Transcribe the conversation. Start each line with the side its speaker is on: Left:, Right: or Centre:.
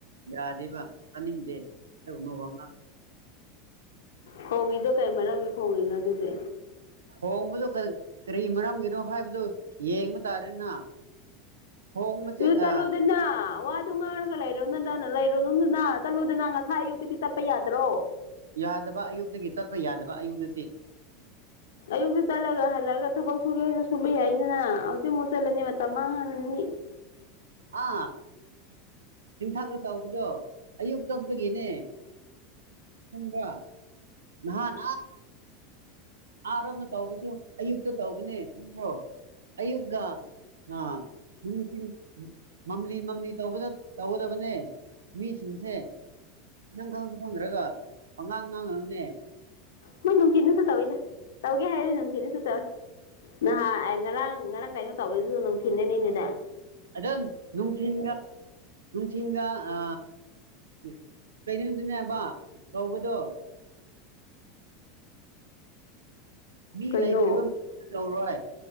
Right: ꯌꯥꯗꯦꯕ ꯆꯥꯅꯤꯡꯗꯦ ꯑ ꯉ
Left: ꯈꯣꯡꯉꯤꯗꯣ ꯀꯩ ꯃꯔꯝꯒꯤ ꯈꯣꯡꯉꯤꯅꯣ ꯑꯗꯨꯗꯤ
Right: ꯍꯣꯡꯕꯗꯨ ꯀꯔꯤ ꯃꯔꯝꯒꯤꯅꯣ ꯍꯥꯏꯕꯗꯨ ꯌꯦꯡꯕ ꯇꯥꯔꯦꯅ ꯍꯣꯡꯕꯁꯦ
Left: ꯑꯗꯨ ꯇꯜꯂꯨꯗꯅ
Right: ꯑ
Left: ꯋꯥ ꯑ ꯑꯗꯨ ꯉꯥꯒꯂꯥꯏꯔꯣꯗꯅ ꯔꯣ ꯅꯅꯨꯡꯗꯨꯅ ꯆꯠꯂꯨꯗ ꯅꯪ ꯉꯁꯥ ꯑꯌꯨꯗꯒꯤ ꯆꯠꯄ ꯌꯥꯗ꯭ꯔꯣ
Right: ꯌꯥꯗꯕ ꯑꯌꯨꯛꯇꯒꯤ ꯇꯠꯄ ꯌꯥꯗꯕ ꯑꯌꯨꯛꯇꯗꯤ
Left: ꯑꯌꯨꯛꯇ ꯆꯠꯂꯒ ꯍꯜꯂꯛꯒ ꯊꯕꯛ ꯁꯨꯒꯦ ꯍꯥꯏ ꯁꯨꯕ ꯌꯥꯏꯗꯅ ꯍꯧꯖꯤꯛ ꯑꯃꯨꯛ ꯆꯠꯂꯅꯤ ꯁꯃꯉꯅꯤ <unintelligible> <inaudible>
Right: ꯑꯥ ꯆꯤꯡꯊꯥꯛꯇ ꯇꯧꯕꯗꯣ ꯑꯌꯨꯛ ꯆꯠꯄꯒꯤꯅꯦ ꯍꯕ꯭ꯔ <unintelligible> <inaudible> ꯅꯍꯥꯟ ꯑꯥꯔꯝꯅ ꯇꯧꯕꯁꯨ ꯑꯌꯨꯛꯇ ꯇꯧꯕꯅꯦ ꯈꯪ꯭ꯔꯣ ꯑꯌꯨꯛꯀ ꯑꯥꯁꯤꯡ ꯃꯝꯂꯤ ꯃꯝꯂꯤ ꯇꯧꯒꯗꯕꯅꯦ ꯃꯤꯁꯤꯡꯁꯦ ꯅꯪ ꯈꯪꯁꯨ ꯐꯪꯈ꯭ꯔꯒ ꯑꯉꯥꯡ ꯉꯥꯡꯉꯅꯅꯦ
Left: ꯅꯣꯏ ꯅꯨꯡꯊꯤꯅꯁꯨ ꯇꯧꯋꯤꯗ ꯇꯧꯒꯦ ꯍꯥꯏꯔꯗꯤ ꯅꯨꯡꯊꯤꯅꯁꯨ ꯇꯧꯋꯤ ꯅꯍꯥꯟ ꯉꯔꯥꯡ ꯉꯔꯥꯡ ꯀꯥꯏꯅꯣ ꯇꯧꯕꯗꯨꯁꯨ ꯑꯗꯨꯝꯊꯤꯟꯅꯅꯤꯅꯦꯗ
Right: ꯑꯗꯝ ꯅꯨꯡꯊꯤꯟꯒ ꯅꯨꯡꯊꯤꯟꯒ ꯑ ꯎ ꯀꯩꯅꯣꯗꯨꯅꯦꯕ ꯀꯧꯕꯗꯣ ꯃꯤ
Left: ꯀꯩꯅꯣ
Right: ꯂꯩꯇ꯭ꯔꯤꯕ ꯇꯧꯔꯣꯏ